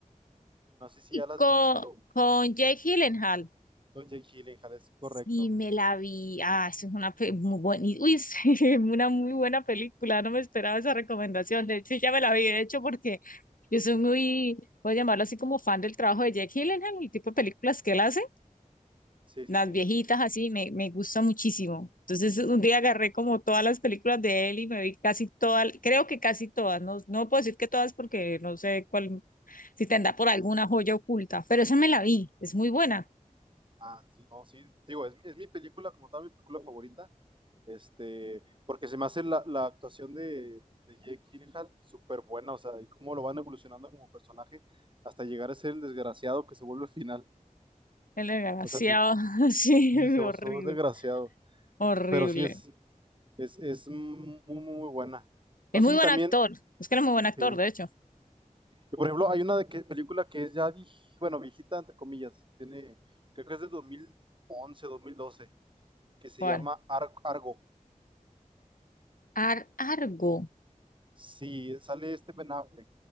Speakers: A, on the right; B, on the left.
A: No sé si
B: Y
A: ya la
B: con,
A: has visto.
B: con Jake Gyllenhaal.
A: Con Jake Gyllenhaal, es correcto.
B: Sí, me la vi. Ah, eso es una pe- muy buena, uy, <laughs> es una muy buena película. No me esperaba esa recomendación. De hecho, ya me la vi, de hecho, porque yo soy muy, voy a llamarlo así como fan del trabajo de Jake Gyllenhaal, el tipo de películas que él hace,
A: Sí,
B: las
A: sí, sí.
B: viejitas así, me, me gusta muchísimo. Entonces, un día agarré como todas las películas de él y me vi casi todas, creo que casi todas. No, no puedo decir que todas porque no sé cuál si te anda por alguna joya oculta. Pero esa me la vi, es muy buena.
A: Ah, sí, no, sí. Digo, es, es mi película como tal, mi película favorita. Este, porque se me hace la, la actuación de, de Jake Gyllenhaal súper buena, o sea, y cómo lo van evolucionando como personaje hasta llegar a ser el desgraciado que se vuelve al final.
B: El desgraciado,
A: O sea, sí,
B: <laughs> sí,
A: sí,
B: horrible,
A: se volvió desgraciado.
B: horrible.
A: Pero sí es, es, es muy, muy, muy buena.
B: Es
A: No sé
B: muy
A: si
B: buen
A: también
B: actor, es que era muy buen actor,
A: Sí.
B: de hecho.
A: Y por ejemplo, hay una de que, película que es ya, vieji- bueno, viejita, entre comillas, tiene, creo que es de 2011, 2012, que se
B: ¿Cuál?
A: llama Ar- Argo.
B: Ar Argo,
A: Sí, eh, sale este Ben Affleck.